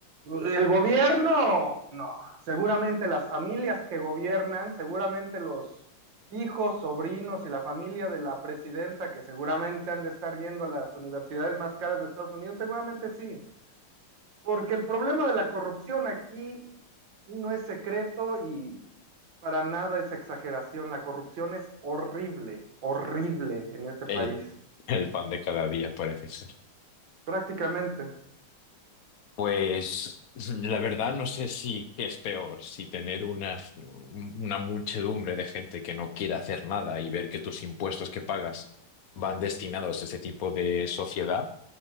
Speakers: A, on the right (about 60°); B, on the left (about 60°).
A: El gobierno, no. Seguramente las familias que gobiernan, seguramente los hijos, sobrinos y la familia de la presidenta, que seguramente han de estar yendo a las universidades más caras de Estados Unidos, seguramente sí. Porque el problema de la corrupción aquí no es secreto y para nada es exageración. La corrupción es horrible, horrible en este
B: El,
A: país.
B: el pan de cada día parece ser.
A: Prácticamente.
B: Pues la verdad no sé si qué es peor, si tener una, una muchedumbre de gente que no quiere hacer nada y ver que tus impuestos que pagas van destinados a ese tipo de sociedad,